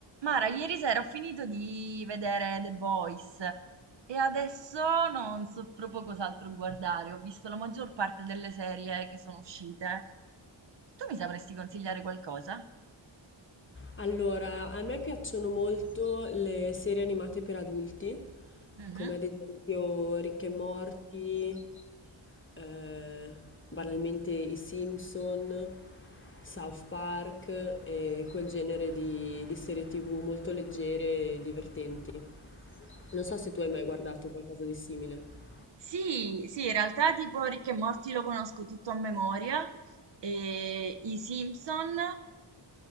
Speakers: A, on the right; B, on the left.
A: Mara, ieri sera ho finito di vedere The Boys e adesso non so proprio cos'altro guardare. Ho visto la maggior parte delle serie che sono uscite. Tu mi sapresti consigliare qualcosa?
B: Allora, a me piacciono molto le serie animate per adulti,
A: Mhm.
B: come ad esempio Rick e Morty, eh, banalmente i Simpson, South Park e quel genere di, di serie TV molto leggere e divertenti. Non so se tu hai mai guardato qualcosa di simile.
A: Sì, sì, in realtà tipo Rick e Morty lo conosco tutto a memoria e i Simpson